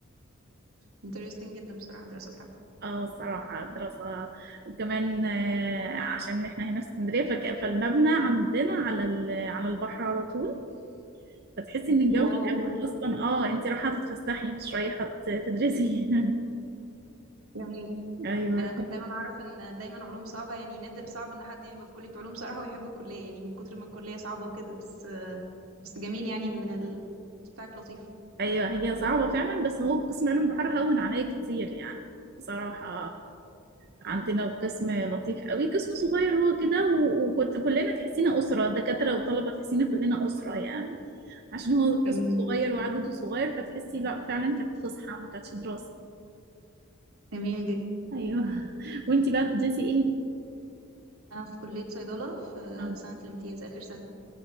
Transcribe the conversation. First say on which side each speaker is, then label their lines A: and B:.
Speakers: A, on the right; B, on the right.
A: interesting جدا بصراحة الدراسة بتاعتك
B: اه الصراحة دراسة وكمان آه، عشان احنا هنا في اسكندرية فك- فالمبنى عندنا على ال- على البحر على طول فتحسي ان الجو
A: واو
B: العام اصلا اه انت رايحة تتفسحي مش رايحة ت- تدرسي <laughs>
A: جميل
B: ايوه
A: انا كنت دايما اعرف ان دايما علوم صعبة يعني نادر صعب ان حد يبقى في كلية علوم صراحة ويحب الكلية يعني من كتر ما الكلية صعبة وكده بس آه، بس جميل يعني ان ال- بتاعك لطيف
B: ايوه هي صعبة فعلا بس هو قسم علوم بحر هون عليا كتير يعني بصراحة عندنا قسم لطيف قوي قسم صغير هو كده و- وكنت كلنا تحسينا أسرة دكاترة وطلبة تحسينا كلنا أسرة يعني عشان هو قسم
A: جميل
B: صغير وعدده صغير فتحسي لا فعلا كانت فسحة ما كانتش دراسة
A: جميل جدا
B: ايوه <laughs> وانتي بقى بتدرسي ايه؟
A: انا في كلية صيدلة في آه،
B: آه،
A: سنة الامتياز اخر سنة